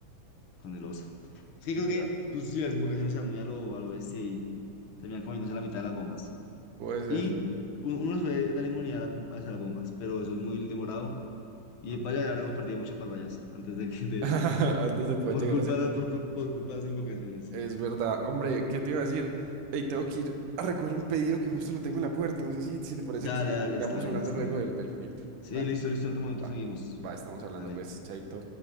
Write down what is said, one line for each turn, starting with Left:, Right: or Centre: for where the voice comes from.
Left: con el oso. Sí,
Right: Ya.
Left: creo que tú sí, las invocaciones eran muy a lo, a lo bestia y terminan comiéndose la mitad de las bombas.
Right: Puede ser.
Left: Y u- uno les puede dar inmunidad a las, bom- hacia las bombas, pero eso es muy demorado y
Right: Ok.
Left: para allá habríamos perdido muchas batallas antes de que de
Right: <laughs>
Left: eso,
Right: Antes de poder
Left: por
Right: llegar
Left: culpa
Right: a ese punto.
Left: de, las- por, cul- por culpa de las invocaciones.
Right: Es verdad. Hombre, ¿qué te iba a decir? Ey, tengo que ir a recoger un pedido que justo lo tengo en la puerta. No sé si, si te parece
Left: Dale,
Right: que,
Left: dale,
Right: que sigamos
Left: está bien,
Right: hablando
Left: está
Right: luego
Left: bien.
Right: del, del jueguito.
Left: Sí,
Right: Va,
Left: listo, listo, en otro momento
Right: va,
Left: seguimos.
Right: va, estamos hablando,
Left: Dale.
Right: pues, chaito.